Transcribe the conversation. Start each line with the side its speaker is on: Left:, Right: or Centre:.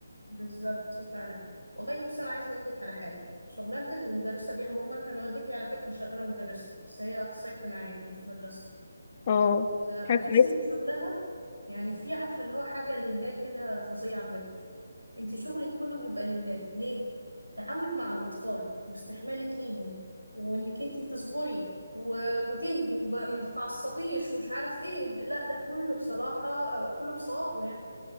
Right: بالظبط فعلا والله بص انا عايزه اقول لك على حاجه شغلانه المدرسه دي عموما انا والدتي على فكره شغاله مدرسه بس هي اخصائيه اجتماعيه يعني في مدرسه
Left: اه
Right: أه،
Left: حاجة
Right: بحس
Left: كويسة
Right: ان شغلها يعني في عارفه اللي هو حاجه لله كده فظيعه بجد انت شغلك كله بيبقى لله ليه تعاملك مع الاطفال واستحمالك ليهم وانك انت تصبري و... وتهدي وما تتعصبيش ومش عارف ايه لا ده كله بصراحه آه، كله بصوابه يعني